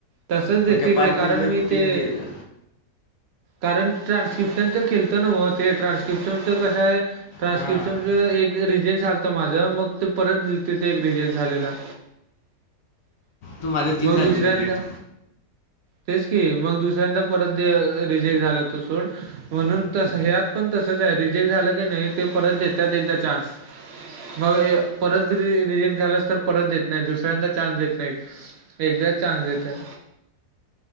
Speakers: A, on the right (about 85°); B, on the left (about 65°).
A: तसंच देतील
B: म त्या पाच
A: रे कारण
B: मधलं
A: मी
B: तीन
A: ते
B: गेलं
A: कारण ट्रान्स्क्रिप्शनच खलत नव्ह ते ट्रान्स्क्रिप्शनच कशा आहे ट्रान्स्क्रिप्शनच
B: हां
A: एक रिजेक्ट झालंत माझं मग ते परत दि तिथे रिजेक्ट झालेला
B: तू माझ्या तीन
A: मग
B: झालते
A: दुसऱ्यांदा
B: रिजेक्ट
A: तेच की मग दुसऱ्यांदा परत रिजेक्ट झाला तो सोट म्हणून त ह्यात पण तसच रे झाला की नाही ते परत देत एकदा चान्स मग परत रिजेक्ट झालास तर परत देत नाही दुसऱ्यांदा चान्स देत नाहीत एकदा चान्स देतात